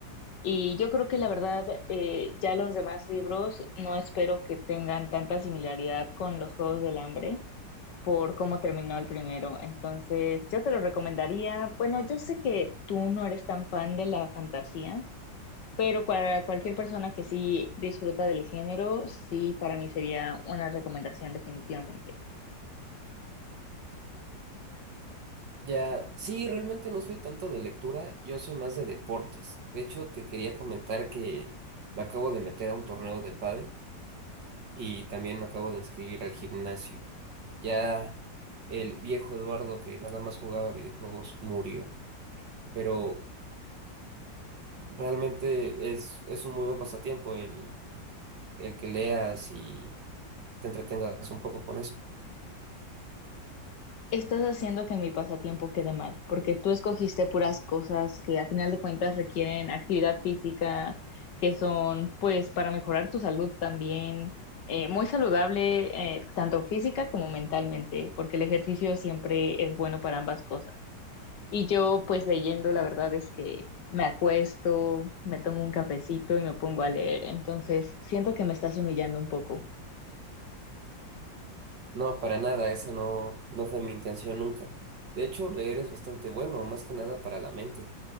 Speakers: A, on the left; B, on the right.
A: Y yo creo que la verdad, eh, ya los demás libros no espero que tengan tanta similaridad con los Juegos del Hambre por cómo terminó el primero. Entonces, yo te lo recomendaría. Bueno, yo sé que tú no eres tan fan de la fantasía, pero para cualquier persona que sí disfruta del género, sí, para mí sería una recomendación definitivamente.
B: Ya, sí, realmente no soy tanto de lectura, yo soy más de deportes. De hecho, te quería comentar que me acabo de meter a un torneo de pádel y también me acabo de inscribir al gimnasio. Ya el viejo Eduardo que nada más jugaba videojuegos murió. Pero realmente es, es un muy buen pasatiempo el, el que leas y te entretengas un poco con eso.
A: estás haciendo que mi pasatiempo quede mal, porque tú escogiste puras cosas que a final de cuentas requieren actividad física, que son pues para mejorar tu salud también, eh, muy saludable eh, tanto física como mentalmente, porque el ejercicio siempre es bueno para ambas cosas. Y yo pues leyendo, la verdad es que me acuesto, me tomo un cafecito y me pongo a leer, entonces siento que me estás humillando un poco.
B: No, para nada, esa no, no fue mi intención nunca. De hecho, leer es bastante bueno, más que nada para la mente.